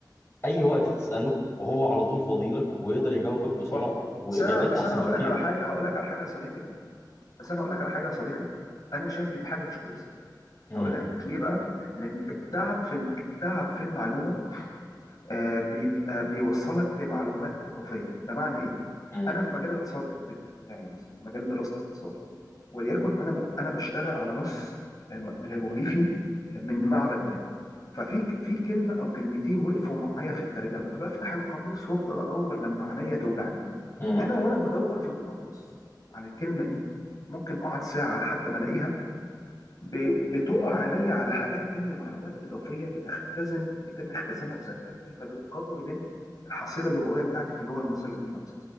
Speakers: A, on the left; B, on the left.
A: اي وقت تساله وهو على طول فاضيلك ويقدر يجاوبك بسرعه
B: صح
A: واجابات
B: بس أنا بس
A: احسن
B: أنا هقول
A: بكتير
B: لك على حاجة هقول لك على حاجة يا صديقي بس انا هقول لك على حاجه يا صديقي انا شايف دي حاجه مش كويسه
A: امم
B: هقول لك ليه بقى لان التعب في الم- التعب في المعلومه آه، بيبقى بيوصلك لمعلومات اضافيه بمعنى ايه
A: امم
B: انا في مجال الاثار بتاعي مثلا مجال دراسه الاثار وليكن انا ب- انا بشتغل على نص آه، م- بالهيروغليفي من معبد ما ففي ك- في كلمه او كلمتين وقفوا معايا في الترجمه فبفتح القاموس وافضل ادور لما عينيا توجعني
A: امم
B: انا وانا بدور في القاموس عن الكلمه دي ممكن اقعد ساعه لحد ما الاقيها ب- بتقع عينيا على حاجات تانية معلومات إضافية بتختزن بيتم اختزانها في ذاكرتي فبتقوي من الحصيلة اللغوية بتاعتي في اللغة المصرية القديمة مثلا